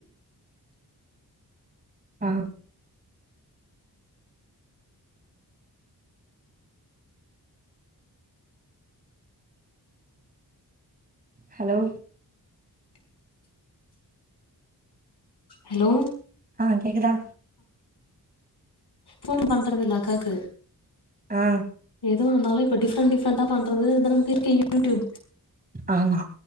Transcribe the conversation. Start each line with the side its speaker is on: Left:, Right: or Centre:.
Right: ஆ ஹலோ
Left: ஹலோ
Right: ஆஹ் கேக்குதா
Left: ஃபோன் பண்றது இல்ல அக்காக்கு
Right: ஆ
Left: எதுவு வந்தாலே இப்ப டிஃப்ரெண்ட் டிஃப்ரெண்டா பண்றது அதா நமக்கு இருக்கே யூ டியூப்
Right: ஆமா